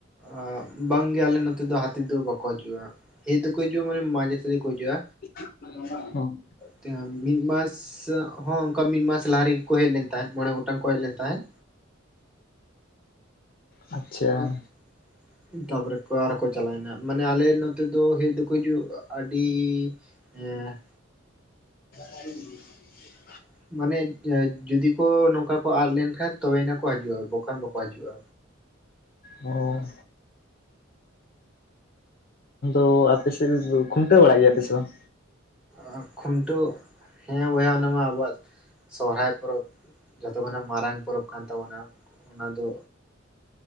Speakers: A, in the centre; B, on the left (about 45°).
A: ᱟᱻ ᱵᱟᱝᱜᱮ ᱟᱞᱮ ᱱᱚᱛᱮ ᱫᱚ ᱦᱟᱹᱛᱤ ᱫᱚ ᱵᱟᱠᱚ ᱦᱟᱹᱡᱩᱜᱼᱟ ᱦᱮᱡ ᱫᱚᱠᱚ ᱦᱤᱡᱩᱜᱼᱟ ᱢᱟᱱᱮ ᱢᱟᱡᱮ ᱥᱟᱡᱮ ᱠᱚ ᱦᱟᱹᱡᱩᱜᱼᱟ
B: <unintelligible> ᱦᱚᱸ
A: ᱛᱤ ᱢᱤᱫ ᱢᱟᱥ <unintelligible> ᱦᱚᱸ ᱚᱝᱠᱟ ᱢᱤᱫ ᱢᱟᱥ ᱞᱟᱦᱟ ᱨᱮᱜᱮ ᱠᱚ ᱦᱮᱡ ᱞᱮᱱ ᱛᱟᱦᱮᱸᱫ ᱢᱚᱬᱮ ᱜᱚᱴᱟᱝ ᱠᱚ ᱦᱮᱡ ᱞᱮᱱ ᱛᱟᱦᱮᱸᱫ
B: ᱟᱪᱪᱷᱟ
A: <unintelligible> ᱛᱟᱨᱯᱚᱨᱮ ᱟᱨᱦᱚ ᱠᱚ ᱪᱟᱞᱟᱣᱮᱱᱟ ᱢᱟᱱᱮ ᱟᱞᱮ ᱱᱚᱛᱮ ᱫᱚ ᱦᱮᱡ ᱫᱚᱠᱚ ᱦᱤᱡᱩᱜᱼᱟ ᱟᱹᱰᱤ ᱮ <unintelligible>
B: <unintelligible>
A: <unintelligible> ᱢᱟᱱᱮ ᱡᱩᱼᱡᱩᱫᱤ ᱠᱚ ᱱᱚᱝᱠᱟ ᱠᱚ ᱟᱫ ᱞᱮᱱ ᱠᱷᱟᱱ ᱛᱚᱵᱮᱭᱮᱱᱟ ᱠᱚ ᱦᱤᱡᱩᱜᱼᱟ ᱵᱟᱠᱷᱟᱱ ᱵᱟᱠᱚ ᱦᱤᱡᱩᱜᱼᱟ
B: ᱚᱻ ᱛᱚ ᱟᱯᱮᱥᱮᱱ ᱠᱷᱩᱱᱴᱟᱹᱣ ᱵᱟᱲᱟᱜ ᱜᱮᱭᱟᱯᱮ ᱥᱮ ᱵᱟᱝ
A: ᱟᱻ ᱠᱷᱩᱱᱴᱟᱹᱣ ᱦᱮᱸ ᱵᱚᱭᱦᱟ ᱚᱱᱟᱢᱟ ᱟᱵᱚᱣᱟᱜ ᱥᱚᱦᱨᱟᱭ ᱯᱚᱨᱚᱵᱽ ᱡᱚᱛᱚ ᱠᱷᱚᱱᱟᱜ ᱢᱟᱨᱟᱝ ᱯᱚᱨᱚᱵ ᱠᱟᱱ ᱛᱟᱵᱚᱱᱟ ᱚᱱᱟ ᱫᱚ